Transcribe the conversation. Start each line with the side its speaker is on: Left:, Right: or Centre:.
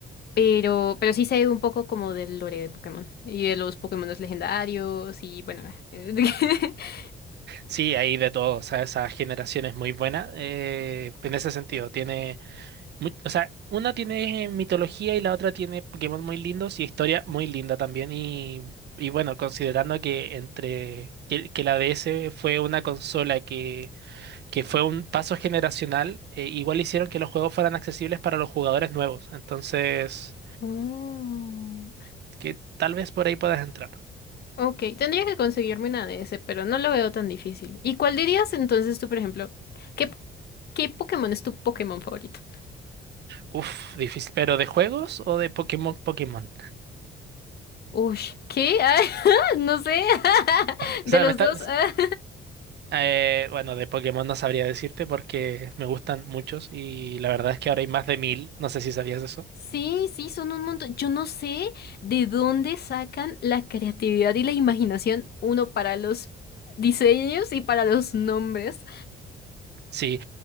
Left: pero, pero sí sé un poco como del lore de Pokémon y de los Pokémon legendarios y bueno. <laughs>
Right: Sí, hay de todo, o sea, esa generación es muy buena, eh, en ese sentido, tiene... Mu- o sea, una tiene mitología y la otra tiene Pokémon muy lindos y historia muy linda también. Y, y bueno, considerando que entre que, que la DS fue una consola que, que fue un paso generacional, eh, igual hicieron que los juegos fueran accesibles para los jugadores nuevos. Entonces,
Left: Oh.
Right: que tal vez por ahí puedas entrar.
Left: Ok, tendría que conseguirme una de ese, pero no lo veo tan difícil. ¿Y cuál dirías entonces tú, por ejemplo? ¿Qué, qué Pokémon es tu Pokémon favorito?
Right: Uf, difícil. ¿Pero de juegos o de Pokémon Pokémon?
Left: Uy, ¿qué? <laughs> Ah, no sé. <laughs>
Right: O
Left: De
Right: sea,
Left: los
Right: me está,
Left: dos. <laughs> ah.
Right: Eh, bueno, de Pokémon no sabría decirte porque me gustan muchos y la verdad es que ahora hay más de mil. No sé si sabías eso.
Left: Sí, sí, son un montón. Yo no sé de dónde sacan la creatividad y la imaginación, uno para los diseños y para los nombres.
Right: Sí,